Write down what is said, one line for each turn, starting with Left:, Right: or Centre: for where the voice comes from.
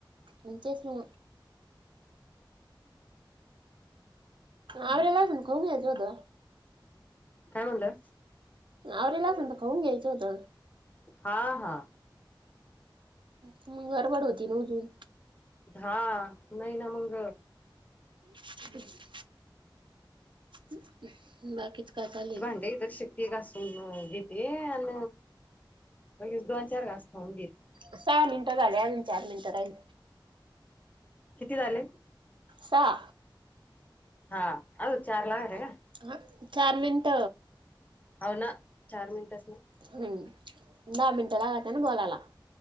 Right: हम तेच ना. आवडे लावच खऊ घ्याचोध.
Left: काय म्हणलं.
Right: अरेला असन तर खाऊन घेयच होत.
Left: हा हा.
Right: ह मग गरबड होती ना अजून.
Left: हा नाही ना मंग.
Right: <inaudible> बाकीचं काय चालुये?
Left: इ शिक. ती घासून घेते अन् लगेच दोन चार घास खाऊन घेते.
Right: सहा मिनटं झाल्या अजून चार मिनटं राही
Left: किती झाले.
Right: सहा.
Left: हा अजू चार लागते का?
Right: हा चार मिनट.
Left: हाव ना. चार मिनिटच ना.
Right: हम्म दहा मिनटं लागात्या ना बोलायला.